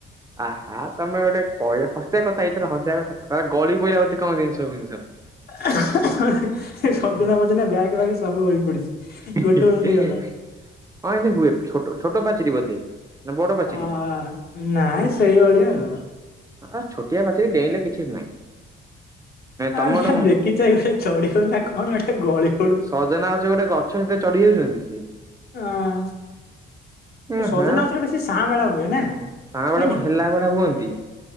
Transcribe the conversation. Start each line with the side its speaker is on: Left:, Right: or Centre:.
Right: ଆ ହା ତମେ ଗୋଟେ କହି-ହସିଆ କଥା ଏଇଥିରେ ହସିବା କଥା ଗଳି ପଇଲା ବୋଧେ କଣ ଜିନିଷ ଫିନିଷ।
Left: ସଜନା ଫଜନା ବ୍ୟାଗ ଫ୍ୟାଗ
Right: ଫିନିଷ।
Left: ସବୁ ଗଳି ପଡିଛି।
Right: ହଁ
Left: ଗୋଟେକୁ ଯେମିତି
Right: ଏମିତି
Left: ଗଲା
Right: ହୁଏ ଛୋଟ-ଛୋଟ ପାଚେରି ବୋଧେ। ନା ବଡ ପାଚେରୀ
Left: ଅ-ନାଇଁ ସେଇଭଳିଆ ଆଉ।
Right: ହଁ ଛୋଟିଆ ପଚେରି ଡେଇଁଲେ କିଛି ନାହିଁ।
Left: ଆଉ
Right: ତମ
Left: ସେ
Right: ଗୋଟେ
Left: ଦେଖି ଚାହିଁ ଚଢିବ ନା କଣ ଗଳିି
Right: ସଜନା ଗଛ ଗୋଟେ ଗଛ ସେଥିରେ ଚଢି ଯାଉଛନ୍ତି ସିଏ?
Left: ହଁ।
Right: ହଁ
Left: ସଜନା
Right: ହଁ
Left: ଗଛରେ ବେଶୀ ସାଁ ବେଳା ହୁଏ ନା
Right: ସାଁବେଳିଆ
Left: ହୁଏନି
Right: କଣ ହେଲା ଭଳିଆ ହୁଅନ୍ତି।